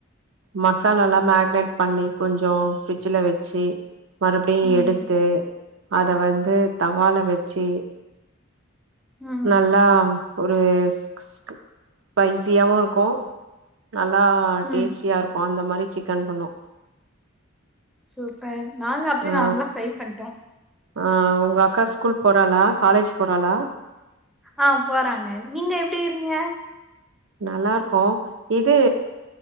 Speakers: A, on the right; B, in the centre.
A: மசாலால்லா மேரினேட் பண்ணி கொஞ்சோ ஃப்ரிட்ஜில வச்சி மறுப்டியு
B: ம்
A: எடுத்து அத வந்து தவால வச்சு
B: ம்
A: நல்லா ஒரு‌ ஸ் ஸ் ஸ்பைசியாவு இருக்கு நல்லா
B: ம்
A: டேஸ்டியா இருக்கு அந்த மாரி சிக்கன் பண்ணோ
B: சூப்பர் நாங்க அப்டியே
A: ஆ
B: நார்மலா ஃப்ரை பண்ட்டோ
A: ஆ உங்க அக்கா ஸ்கூல் போறாளா காலேஜ் போறாளா?
B: ஆ போறாங்க நீங்க எப்டிகிறீங்க
A: நல்லாருக்கோ இது